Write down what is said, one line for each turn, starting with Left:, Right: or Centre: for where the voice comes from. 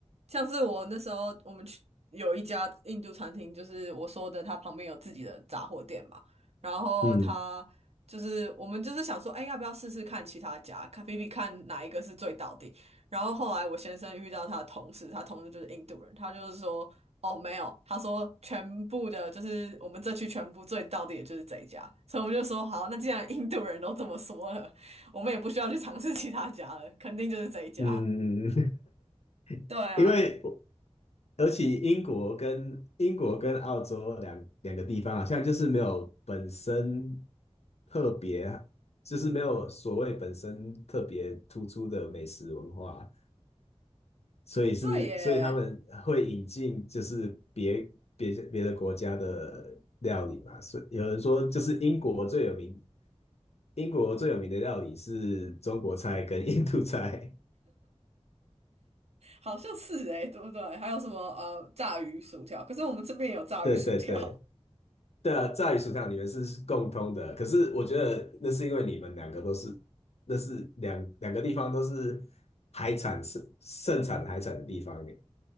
Right: 像是我那时候我们去有一家印度餐厅，就是我说的，它旁边有自己的杂货店嘛，然后他就是我们就是想说，
Left: 嗯
Right: 哎，要不要试试看其他家，看比比看哪一个是最到底。然后后来我先生遇到他的同事，他同事就是印度人，他就是说，哦，没有，他说全部的，就是我们这区全部最到底的就是这一家，所以我们就说，好，那既然印度人都这么说了。我们也不需要去尝试其他家了，肯定就是这一家。
Left: 嗯，
Right: 对啊，
Left: <laughs> 因为尤其英国跟英国跟澳洲两两个地方好像就是没有本身特别，就是没有所谓本身特别突出的美食文化，所以是所以他们会引进就是别别别的国家的料理嘛，
Right: 对耶，
Left: 所以有人说就是英国最有名，英国最有名的料理是中国菜跟印度菜，
Right: 好像是诶，对不对？还有什么呃，炸鱼薯条？可是我们这边也有炸鱼薯条。
Left: <laughs> 对对对。对啊，炸鱼薯条你们是共通的，可是我觉得那是因为你们两个都是，那是两两个地方都是海产盛盛产海产的地方耶。